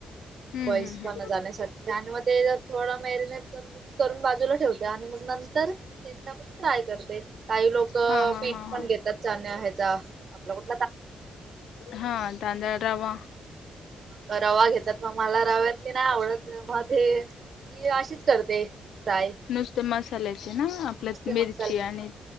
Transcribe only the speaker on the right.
वईस
पणा जाण्यासाठी आणि मग ते थोडं मॅरिनेट करून मिक्स. करून बाजूला ठेवते आणि मग नंतर तेल टाकून फ्राय करते काही लोक... पीठ
पण घेतात चाण्या आहे आपल्या कठ..
ह रवा घेतात मग मला रव्यातली नाही आवडत. तर मग ते मी अशीच करते ट्राय..
मसाल्याच.